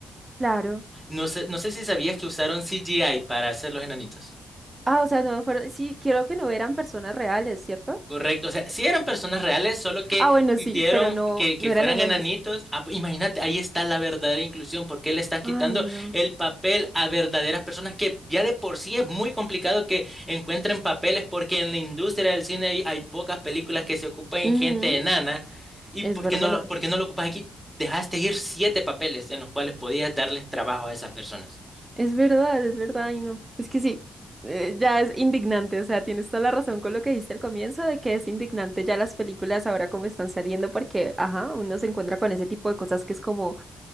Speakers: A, on the right; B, in the centre.
A: Claro.
B: No sé, no sé si sabías que usaron CGI para hacer los enanitos.
A: Ah, o sea, no fueron, sí, quiero que no eran personas reales, ¿cierto?
B: Correcto, o sea, sí eran personas reales, solo que
A: Ah, bueno,
B: hicieron
A: sí, pero no,
B: que, que
A: no
B: fueran
A: eran enanos.
B: enanitos. Ah, pues imagínate, ahí está la verdadera inclusión, porque le estás quitando
A: Ay, no.
B: el papel a verdaderas personas que ya de por sí es muy complicado que encuentren papeles, porque en la industria del cine hay, hay pocas películas que se ocupan en
A: Ujú,
B: gente enana. ¿Y
A: Es
B: por
A: verdad,
B: qué no lo, por qué no lo ocupas aquí? Dejaste ir siete papeles en los cuales podías darles trabajo a esas personas.
A: es verdad, es verdad, y no. Es que sí, eh, ya es indignante, o sea, tienes toda la razón con lo que dijiste al comienzo de que es indignante ya las películas ahora como están saliendo porque, ajá, uno se encuentra con ese tipo de cosas que es como,